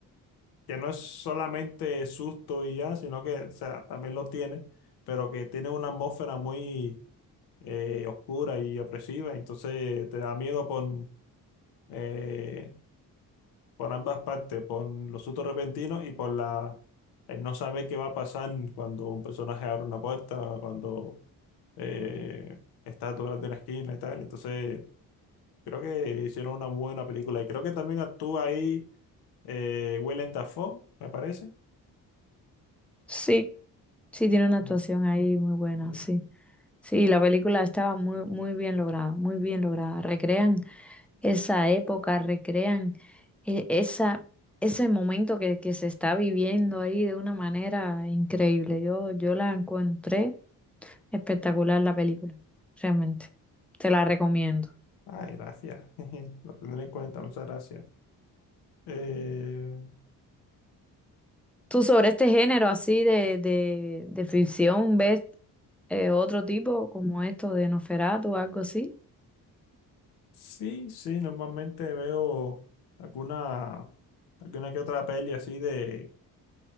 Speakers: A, on the left; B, in the centre.
A: que no es solamente susto y ya, sino que, o sea, también lo tiene, pero que tiene una atmósfera muy eh, oscura y opresiva, entonces te da miedo por, eh, por ambas partes, por los sustos repentinos y por la, el no saber qué va a pasar cuando un personaje abre una puerta, cuando eh, está detrás de una esquina y tal, entonces... Creo que hicieron una muy buena película. Y creo que también actúa ahí eh, Willem Dafoe, me parece.
B: Sí, sí, tiene una
A: Ya,
B: actuación ahí muy buena,
A: ya.
B: sí. Sí, la película estaba muy, muy bien lograda, muy bien lograda. Recrean esa época, recrean e- esa, ese momento que, que se está viviendo ahí de una manera increíble. Yo, yo la encontré espectacular la película, realmente. Te la recomiendo.
A: Ay, gracias. <laughs> Lo tendré en cuenta, muchas gracias. Eh,
B: ¿Tú sobre este género así de, de, de ficción ves eh, otro tipo como esto de Nosferatu o algo así?
A: sí, sí, normalmente veo alguna, alguna que otra peli así de,